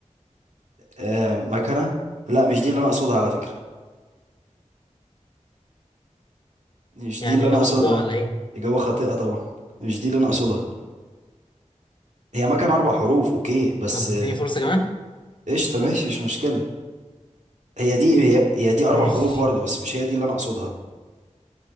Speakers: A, on the right; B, on the left.
A: آه مكنة لا مش دي اللي انا اقصدها على فكرة مش
B: يعني
A: دي اللي انا
B: إجابة
A: اقصدها
B: خاطئة ولا إيه؟
A: إجابة خاطئة طبعا مش دي اللي انا اقصدها هي مكنة اربع حروف اوكي بس
B: طب تديني
A: آه،
B: فرصة كمان؟
A: قشطة ماشي مش مشكلة هي دي هي, هي دي اربع
B: ماشي
A: حروف برضو بس مش هي دي اللي انا اقصدها